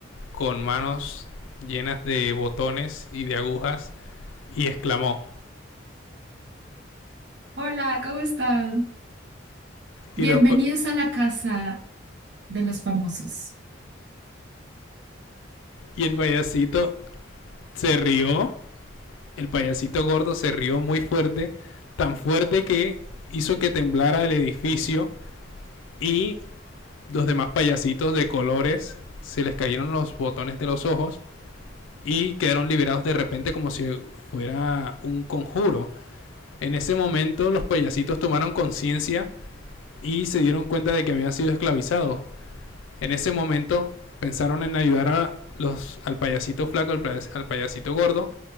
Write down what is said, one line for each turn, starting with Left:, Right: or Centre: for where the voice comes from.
Left: con manos llenas de botones y de agujas y exclamó.
Right: hola, ¿cómo están?
Left: Y,
Right: Bienvenidos
Left: los
Right: a la casa de los famosos.
Left: y el payasito se rió, el payasito gordo se rió muy fuerte, tan fuerte que hizo que temblara el edificio y los demás payasitos de colores se les cayeron los botones de los ojos y quedaron liberados de repente como si fuera un conjuro. En ese momento los payasitos tomaron conciencia y se dieron cuenta de que habían sido esclavizados. En ese momento pensaron en ayudar a los, al payasito flaco, al, al payasito gordo